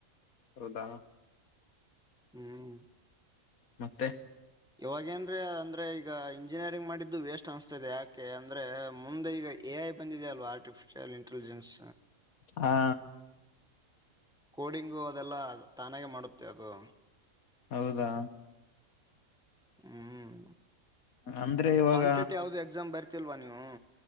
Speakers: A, on the left; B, in the centre.
A: ಹೌದಾ.
B: ಹ್ಮ್.
A: ಮತ್ತೆ.
B: ಇವಗೇನ್ರಿ ಅಂದ್ರೆ ಈಗ್ ಈಗ ಇಂಜಿನಿಯರಿಂಗ್ ಮಾಡಿದ್ದು ವೇಸ್ಟ್ ಅನ್ಸ್ತದೆ ಯಾಕೆ ಅಂದ್ರೆ ಮುಂದೆ ಈಗ ಎ ಐ ಬಂದಿದೆ ಅಲ್ವಾ ಆರ್ಟಿಫಿಷಿಯಲ್ ಇಂಟೆಲಿಜೆನ್ಸ್.
A: ಹಾ.
B: ಕೋಡಿಂಗು ಅದೆಲ್ಲ ತಾನಾಗೆ ಮಾಡುತ್ತೆ ಅದು.
A: ಹೌದಾ.
B: ಹ್ಮ್
A: ಅಂದ್ರೆ ಇವಾಗ
B: ಕಾಂಪಿಟೇಟಿವ್ ಯಾವ್ದು ಎಕ್ಸಾಮ್ ಬರ್ತಿಲ್ವಾ ನೀವು.